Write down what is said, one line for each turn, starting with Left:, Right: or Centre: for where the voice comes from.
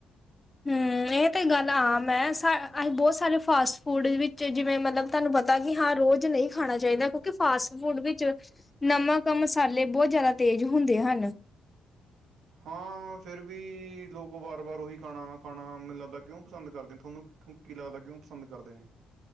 Left: ਹਮ ਏ ਇਹ ਤੇ ਗੱਲ ਆਮ ਐ ਅਸੀਂ ਬਹੁਤ ਸਾਰੇ ਫਾਸਟ ਫੂਡ ਵਿੱਚ ਜਿਵੇਂ ਮਲਬ ਤੁਹਾਨੂੰ ਪਤਾ ਕਿ ਹਾਂ ਰੋਜ਼ ਨਹੀਂ ਖਾਣਾ ਚਾਹੀਦਾ ਕਿਉਂਕਿ ਫਾਸਟ ਫੂਡ ਵਿੱਚ ਨਮਕ ਮਸਾਲੇ ਬਹੁਤ ਜ਼ਿਆਦਾ ਤੇਜ਼ ਹੁੰਦੇ ਹਨ
Right: ਹਾਂ ਫਿਰ ਵੀ ਲੋਕ ਵਾਰ ਵਾਰ ਉਹੀ ਖਾਣਾ ਖਾਣਾ ਮੈਨੂੰ ਲੱਗਦਾ ਕਿਉਂ ਪਸੰਦ ਕਰਦੇ ਨੇ ਥੋਨੂੰ - ਕੀ ਲੱਗਦਾ ਕਿਉਂ ਪਸੰਦ ਕਰਦੇ ਨੇ